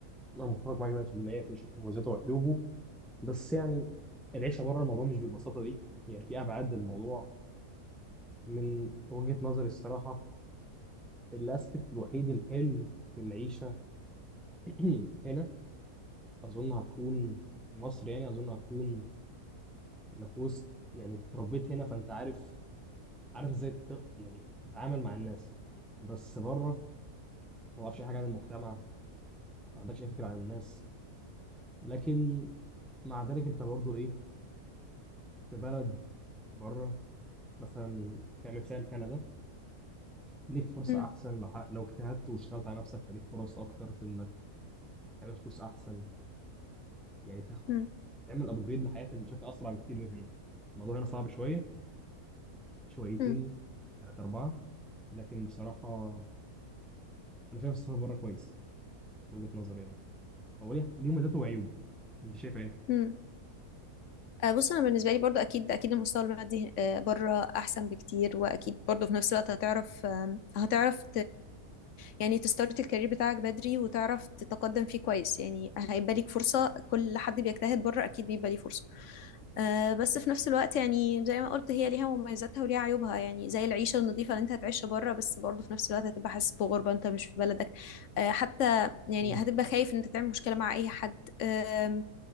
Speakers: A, in the centre; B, on the left.
A: انا متفق معاك 100% كل شيء مميزاته وعيوبه بس يعني العيشه بره الموضوع مش بالبساطه دي يعني في ابعاد للموضوع من وجهه نظري الصراحه الاسبكت الوحيد الحلو في العيشه <clears throat> هنا اظن هتكون في مصر يعني اظن هتكون انك وسط يعني انت اتربيت هنا فانت عارف عارف ازاي ت- يعني تتعامل مع الناس بس بره ما تعرفش اي حاجه عن المجتمع ما عندكش اي فكره عن الناس لكن مع ذلك انت برضو ايه في بلد بره مثلا كمثال كندا ليك فرصة
B: مم.
A: أحسن لو ح- لو اجتهدت واشتغلت على نفسك فليك فرص أكتر في إنك تعمل فلوس أحسن يعني تاخد
B: مم.
A: تعمل أبجريد لحياتك بشكل أسرع بكتير من هنا الموضوع هنا صعب شوية شويتين
B: مم.
A: ثلاثة أربعة لكن بصراحة أنا شايف السفر بره كويس من وجهة نظري يعني هو ليه ليه مزاته وعيوبه أنت شايف إيه؟
B: مم. آه، بص انا بالنسبه لي برضو اكيد اكيد المستوى المادي آه، بره احسن بكتير واكيد برضو في نفس الوقت هتعرف آم، هتعرف يعني تستارت الكارير بتاعك بدري وتعرف تتقدم فيه كويس يعني هيبقى ليك فرصة كل حد بيجتهد بره أكيد بيبقى ليه فرصة آه بس في نفس الوقت يعني زي ما قلت هي ليها مميزاتها وليها عيوبها يعني زي العيشة النظيفة اللي انت هتعيشها بره بس برضه في نفس الوقت هتبقى حاسس بغربة انت مش في بلدك آه حتى يعني
A: <laughs>
B: هتبقى خايف ان انت تعمل مشكلة مع اي حد آم،